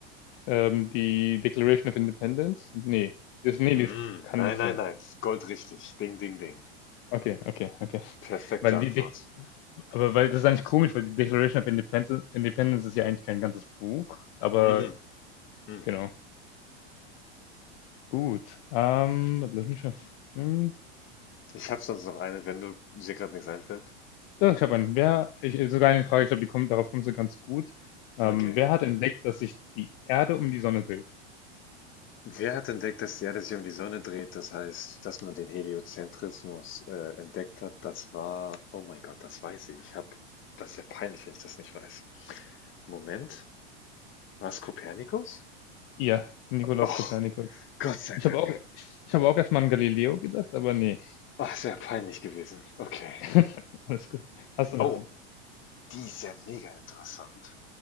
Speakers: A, on the left; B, on the left.
A: Ähm, die Declaration of Independence? Nee. Das, nee,
B: Mm,
A: das kann
B: nein,
A: nicht
B: nein,
A: sein.
B: nein. Das ist goldrichtig. Ding, ding, ding.
A: Okay, okay, okay.
B: Perfekte
A: Weil
B: Antwort.
A: die Aber weil das ist eigentlich komisch, weil die Declaration of Independence, Independence ist ja eigentlich kein ganzes Buch, aber
B: Mhm. mhm.
A: genau. Gut. Ähm, warte, lass mich mal. Hm.
B: Ich habe sonst noch eine, wenn du dir gerade nichts einfällt.
A: Ja, ich habe einen. Wer, ich, sogar eine Frage, ich glaube, die kommt, darauf kommst du ganz gut. Ähm,
B: Okay.
A: wer hat entdeckt, dass sich die Erde um die Sonne dreht?
B: Wer hat entdeckt, dass die Erde sich um die Sonne dreht? Das heißt, dass man den Heliozentrismus äh, entdeckt hat. Das war, oh mein Gott, das weiß ich. Ich habe, das ist ja peinlich, wenn ich das nicht weiß. Moment, war es Kopernikus?
A: Ihr, Nikolaus
B: Oh,
A: Kopernikus.
B: Gott sei
A: Ich
B: Dank.
A: habe auch, ich, ich habe auch erstmal an Galileo gedacht, aber nee.
B: Ach, sehr peinlich gewesen. Okay.
A: <laughs> Alles gut. Hast du noch
B: Oh,
A: einen?
B: die ist ja mega interessant.